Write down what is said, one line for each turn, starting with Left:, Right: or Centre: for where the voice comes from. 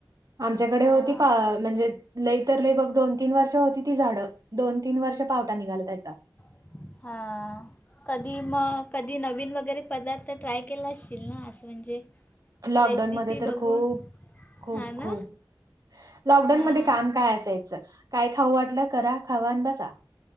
Right: आमच्याकडे
Left: हां
Right: होती पा, म्हणजे लईत लई बघ, दोन-तीन वर्ष होती ती झाडं. दोन-तीन वर्ष पावटा निघाला त्याचा.
Left: हा. कधी मग, कधी नवीन वगैरे पदार्थ ट्राय केला असशील ना, असं म्हणजे?
Right: लॉकडाऊनमध्ये
Left: रेसिपी
Right: तर
Left: बघून
Right: खूप खूप
Left: हां ना
Right: खूप. लॉकडाऊनमध्ये
Left: हां
Right: काम असायचं, काय खाऊ वाटलं करा, खावा आणि बसा.